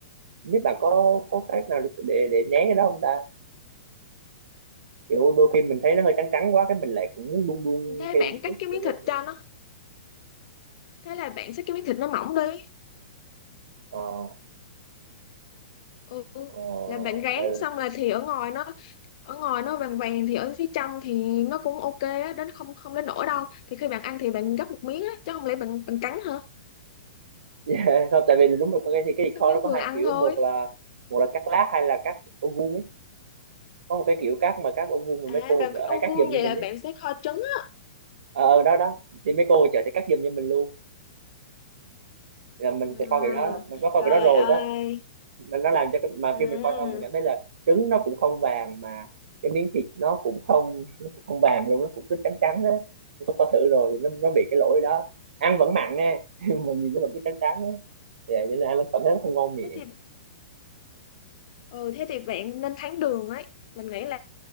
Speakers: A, on the right (about 75°); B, on the left (about 45°).
A: Không biết bạn có có cách nào để để, để né cái đó không ta kiểu đôi khi mình thấy nó hơi trắng trắng quá cái mình lại cũng muốn đun đun
B: thế
A: thêm
B: bạn
A: một
B: cắt
A: chút
B: cái miếng
A: thời
B: thịt
A: gian nữa
B: cho nó thế là bạn xắt cái miếng thịt nó mỏng đi
A: ờ
B: ừ.
A: ờ
B: là bạn rán
A: tại
B: xong là thì ở ngoài nó ở ngoài nó vàng vàng thì ở phía trong thì nó cũng ok á đến không không đến nổi đâu thì khi bạn ăn thì bạn gấp một miếng á chứ không lẽ bạn bạn cắn hả
A: vì, <laughs> không tại vì là đúng rồi có cái thì cái thịt
B: Thì
A: kho
B: miếng
A: nó có
B: vừa
A: hai
B: ăn
A: kiểu
B: thôi.
A: một là một là cắt lát hay là cắt ô vuông ấy có một cái kiểu cắt mà cắt ô vuông mà
B: À,
A: mấy cô
B: bạn
A: ở chợ
B: thích ô
A: hay cắt
B: vuông
A: giùm
B: vậy
A: cho mình
B: là
A: ấy
B: bạn sẽ kho trứng á.
A: ờ ờ, đó đó thì mấy cô ở chợ sẽ cắt giùm cho mình luôn Thì là mình
B: À,
A: sẽ kho kiểu đó, đó. mình có kho
B: trời
A: kiểu đó rồi
B: ơi.
A: nó nó làm cho cái, mà
B: À,
A: khi mình kho xong mình cảm thấy là trứng nó cũng không vàng mà cái miếng thịt nó cũng không nó cũng không vàng luôn nó cũng cứ trắng trắng á nó có thử rồi thì nó nó bị cái lỗi đó ăn vẫn mặn nha <laughs> nhưng mà nhìn nó vẫn cứ trắng trắng á thì vậy cho nên ăn nó cảm thấy nó không ngon miệng
B: thế thì ừ, thế thì bạn nên thắng đường ấy. Mình nghĩ là